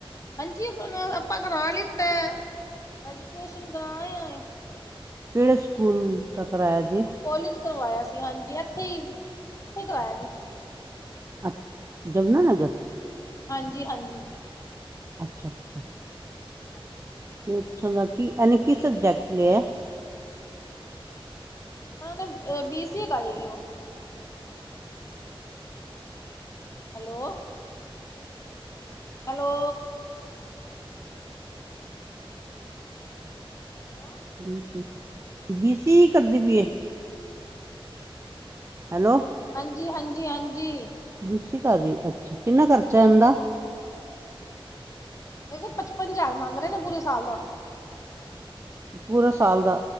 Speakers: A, on the left; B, on the right.
A: ਹਾਂਜੀ ਆਪਾਂ ਕਰਾ ਲਿੱਤਾ ਐਜੂਕੇਸ਼ਨ ਕਰਾ ਆਏ ਆ।
B: ਕਿਹੜੇ ਸਕੂਲ ਦਾ ਕਰਾਇਆ ਜੇ।
A: ਕੋਲੇਜ ਕਰਵਾਇਆ ਸੀ, ਹਾਂਜੀ ਇੱਥੇ ਹੀ ਇੱਥੇ ਕਰਾਯਾ ਜੀ।
B: ਅੱ ਯਮੁਨਾ ਨਗਰ।
A: ਹਾਂ ਹਾਂਜੀ, ਹਾਂਜੀ।
B: ਅੱਛਾ, ਅੱਛਾਂ।
A: ਹਾਂਜੀ।
B: ਕਿ ਪੁੱਛਨ ਦਾ ਕੀ ਇਹਨੇ ਕੀ ਸਬਜੈਕਟ ਲਿਏ।
A: ਉਹਨਾਂ ਨੇ ਬੀ ਸੀ ਏ ਕਰੀ ਉਹ। Hello. Hello. Hello.
B: B C B C E ਕਰਦੀ ਪਈਏ। ਹੈਲੋ।
A: ਹਾਂਜੀ, ਹਾਂਜੀ, ਹਾਂਜੀ।
B: ਬੀ ਸੀ ਈ ਕਰ ਰਹੀ ਏ ਅੱਛਾ ਕਿੰਨਾ ਖਰਚਾ ਹੈ ਇੰਹਦਾ।
A: ਦੇ ਪਚਪਨ ਹਜ਼ਾਰ ਮੰਗ ਰਹੇ ਨੇ ਪੂਰੇ ਸਾਲ ਦਾ।
B: ਪੂਰਾ ਸਾਲ ਦਾ